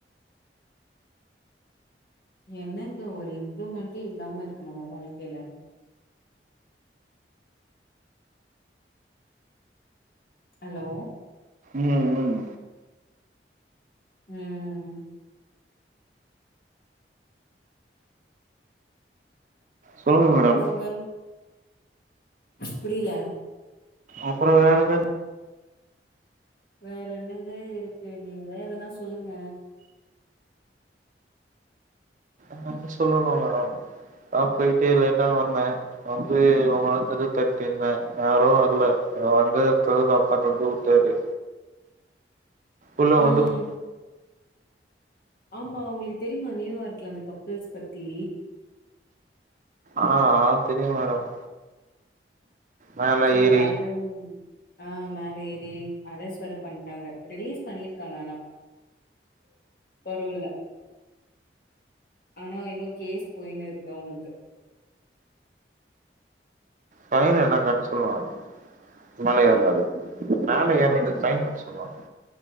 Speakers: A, on the left (about 55°); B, on the right (about 45°).
A: என்னங்க ஒரு இம்ப்ரூவ்மெண்ட்டே இல்லாம இருக்கு நம்ம வாழ்க்கைல ஹலோ
B: ம் ம்
A: ம்
B: சொல்லுங்க
A: அப்பறங்க
B: மேடம்
A: புரியில
B: அப்பற வேற எதாது
A: வேற என்னங்க இருக்கு நீங்கதா எதனா சொல்லுங்க
B: <inaudible> சொல்லலா மேடம் நான் போயிட்டே லேட்டா வந்தே வந்து ரொம்ப நேர கதுவு தட்டிய்ந்தே யாரு வரல வந்து <unintelligible> அப்பா தொறந்து வுட்டாரு உள்ள
A: ம்
B: வந்து ப
A: ஆமா உங்களுக்கு தெரியுமா நியூயார்க்ல அந்த கப்புள்ஸ் பத்தி
B: ஆ ஆ தெரியு மேடம் மேல
A: சரி
B: ஏறி
A: வேற ஆ மேல ஏறி அரஸ் வேர பண்ட்டாங்க ரிலீஸ் பண்ணியிருக்காங்க ஆனா பரோல்ல ஆனா இன்னு கேஸ் போயினு இருக்கு அவங்களுக்கு
B: பைன் என்னா கட்ட சொல்லுவாங்க மேல
A: ஆ
B: ஏறந்தக்கு மேல ஏறந்தக்கு பைன் கட்ட சொல்லுவா